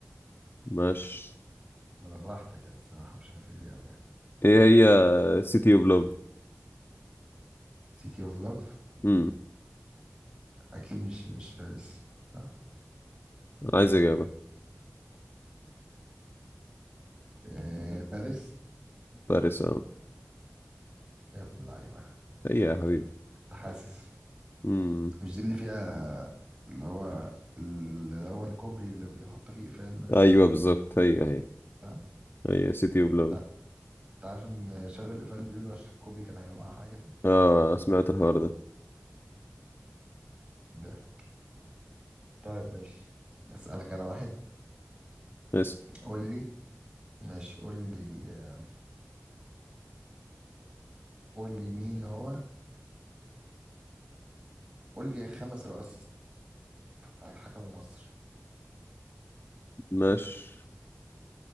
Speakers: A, on the left (about 50°); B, on the right (about 40°).
A: ماشي
B: ولا براحتك يعني الصراحه مش عارف ليه قوي يعني
A: ايه هي سيتي اوف لوف
B: سيتي اوف لاف
A: امم
B: اكيد مش مش باريس صح
A: انا عايز اجابة
B: إيه باريس
A: باريس اه
B: يا ابن اللعيبه
A: هي يا حبيبي
B: كنت حاسس
A: امم
B: مش دي اللي فيها اللي هو اللي هو الكوبري اللي بيحط فيه اقفال ده
A: ايوه بالظبط هي هي
B: صح
A: هي سيتي اوف لوف
B: لا انت عارف ان شالوا الاقفال بيقولوا عشان الكوبري كان هيوقع حاجه كده
A: اه سمعت الحوار ده
B: ده طيب ماشي اسالك انا واحد
A: اسم
B: قول لي ماشي قول لي قول لي مين هو قول لي خمس رؤساء حكموا مصر
A: ماشي